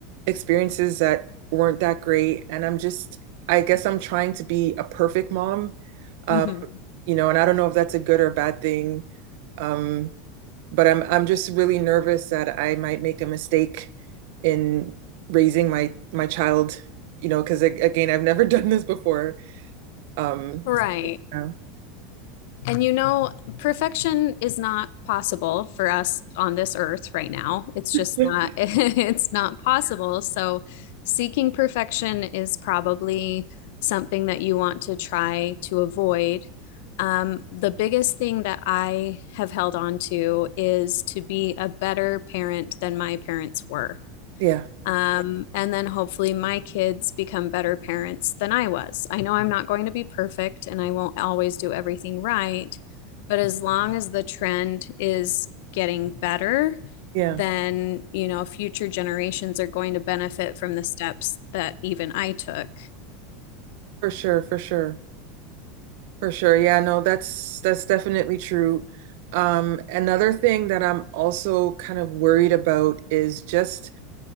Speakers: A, on the right; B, on the left.
A: experiences that weren't that great, and I'm just, I guess I'm trying to be a perfect mom. Um,
B: hmm
A: you know, and I don't know if that's a good or a bad thing. Um, but I'm I'm just really nervous that I might make a mistake in raising my my child, you know, because again, I've never <laughs> done this before. Um,
B: Right.
A: so.
B: And you know, perfection is not possible for us on this earth right now. It's
A: <laughs>
B: just not, <laughs> it's not possible. So, seeking perfection is probably something that you want to try to avoid. Um, the biggest thing that I have held on to is to be a better parent than my parents were.
A: Yeah,
B: Um, and then hopefully my kids become better parents than I was. I know I'm not going to be perfect and I won't always do everything right, but as long as the trend is getting better,
A: yeah,
B: then, you know, future generations are going to benefit from the steps that even I took.
A: for sure, for sure, for sure. Yeah, no, that's that's definitely true. Um, another thing that I'm also kind of worried about is just